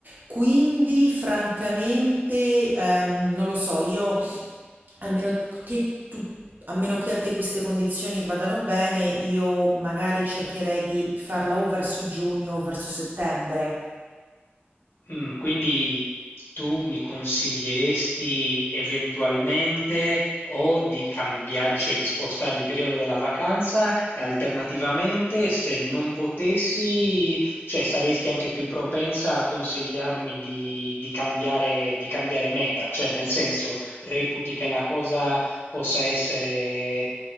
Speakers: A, on the right (about 50°); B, on the left (about 70°).
A: Quindi, francamente, ehm, non lo so, io a meno che tu a meno che a te queste condizioni vadano bene, io magari cercherei di farla o verso giugno o verso settembre.
B: Mh, quindi tu mi consiglieresti eventualmente o di cambiare, cioè di spostare il periodo della vacanza e alternativamente, se non potessi, cioè saresti anche più propensa a consigliarmi di, di cambiare, di cambiare meta, cioè nel senso reputi che la cosa possa essere